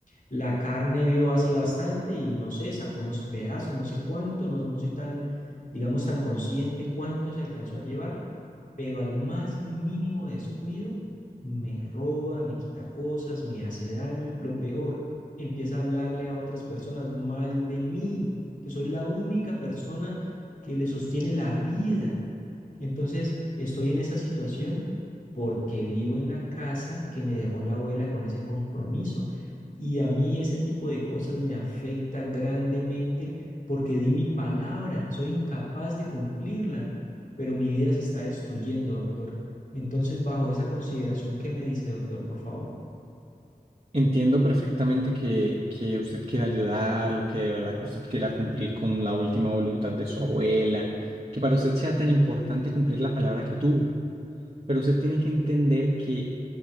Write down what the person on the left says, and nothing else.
La carne vio así bastante y no sé, sacó unos pedazos, no sé cuánto, no, no soy tan, digamos, tan consciente cuánto se alcanzó a llevar, pero al más mínimo descuido me roba, me quita cosas, me hace daño. Lo peor, empieza a hablarle a otras personas mal de mí, que soy la única persona que le sostiene la vida. Entonces, estoy en esa situación porque vivo en la casa que me dejó la abuela con ese compromiso. Y a mí ese tipo de cosas me afecta grandemente porque di mi palabra, soy incapaz de cumplirla, pero mi vida se está destruyendo, doctor. Entonces, bajo esa consideración, ¿qué me dice, doctor, por favor?